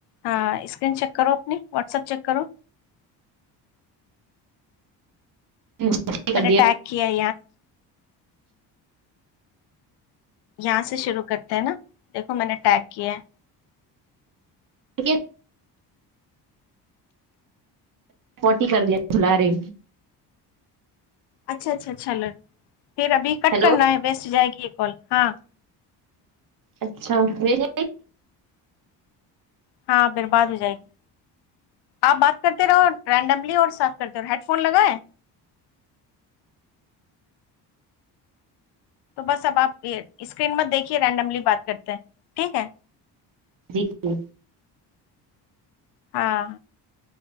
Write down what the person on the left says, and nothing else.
ہاں screen check کرو اپنی واٹسپ چیک کرو
م نے
ٹیک کیا ہے یہاں سے شرع کرتے ہیں نا دیکھو میں نے ٹیک کیا ہے
اچھا اچھاچھا پھر ابھی کٹ
کرنا ہے ویسٹ جائے گی ک ہاں
ہاں برباد ہو جائے گی آپ بات کرتے رہو رینڈملی اور سات کرتے ہیڈ فون لگائیں تو بس اب آپ اسکرین میں دیکھیے رینڈملی بات کرتے ہیں ٹھیک ہے
ہاں